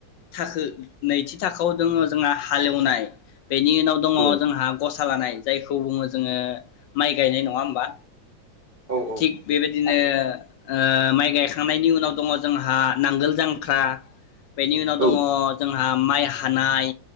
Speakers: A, on the left; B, on the right.
A: थाखो नैथि थाखोआव दङ जोंहा हालेवनाय बेनि उनाव दङ
B: औ
A: जोंहा गसा लानाय जायखौ बुङो जोङो माइ गायनाय नङा होमबा?
B: औ औ
A: थिग बेबायदिनो
B: थारैनो
A: ओ माइ गायखांनायनि उनाव दङ जोंहा नांगोल जांख्रा बेनि उनाव दङ
B: औ
A: जोंहा माइ हानाय